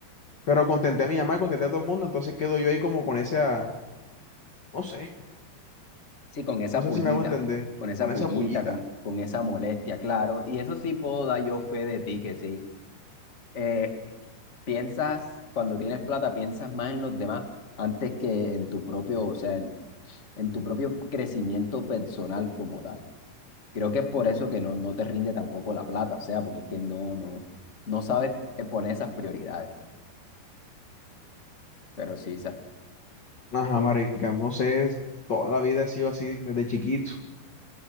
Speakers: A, on the left (about 45°); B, on the left (about 25°).
A: Pero contenté a mi mamá, contenté a todo el mundo, entonces quedo yo ahí como con esa, no sé,
B: Sí, con esa
A: no sé
B: pullita.
A: si me hago entender,
B: Con esa
A: con
B: pullita,
A: esa pullita.
B: con, con esa molestia, claro. Y eso sí puedo dar yo fe de ti que sí. Eh, piensas, cuando tienes plata, piensas más en los demás antes que en tu propio, o sea, en, en tu propio crecimiento personal como tal. Creo que es por eso que no, no te rinde tampoco la plata, o sea, porque es que no, no, no sabes eh, poner esas prioridades. Pero sí, sa-
A: Ajá,
B: tú,
A: marica, no sé, es- toda la vida he sido así desde chiquito.